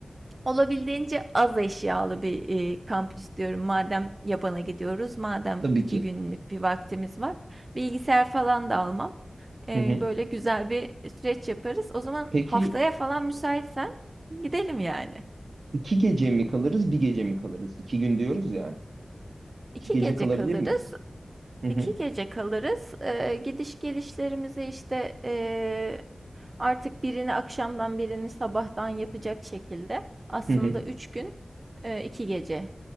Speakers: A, on the right; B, on the right.
A: olabildiğince az eşyalı bir e, kamp istiyorum. Madem yabana gidiyoruz, madem
B: Tabii
A: iki
B: ki.
A: günlük bir vaktimiz var. Bilgisayar falan da almam. Ee,
B: Hı hı.
A: böyle güzel bir süreç yaparız. O zaman
B: Peki
A: haftaya falan müsaitsen gidelim yani.
B: iki gece mi kalırız, bir gece mi kalırız? İki gün diyoruz ya.
A: İki
B: İki gece
A: gece
B: kalabilir
A: kalırız.
B: miyiz? Hı hı,
A: 2 gece kalırız. Eee, gidiş gelişlerimizi, işte, eee, artık birini akşamdan birini sabahtan yapacak şekilde aslında
B: hı hı.
A: 3 gün, eee, 2 gece